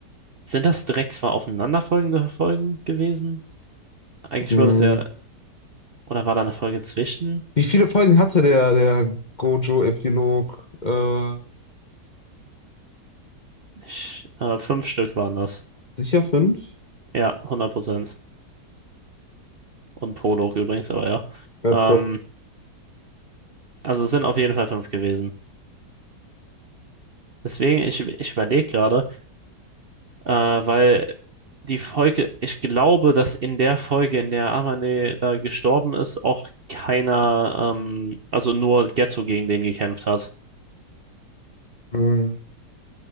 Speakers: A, on the right; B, on the left.
A: Sind das direkt zwar aufeinanderfolgende Folgen gewesen? Eigentlich
B: Mhm.
A: würde es ja, oder war da eine Folge zwischen?
B: Wie viele Folgen hatte der, der Gojo-Epilog? Äh,
A: Ich, äh, fünf Stück waren das.
B: sicher fünf?
A: Ja, hundert Prozent Und Prolog übrigens, aber ja.
B: Äh,
A: Ähm,
B: pro.
A: also es sind auf jeden Fall fünf gewesen. Deswegen, ich, ich überlege gerade, äh, weil die Folge, ich glaube, dass in der Folge, in der Amane da gestorben ist, auch keiner, ähm, also nur Geto gegen den gekämpft hat.
B: Mhm.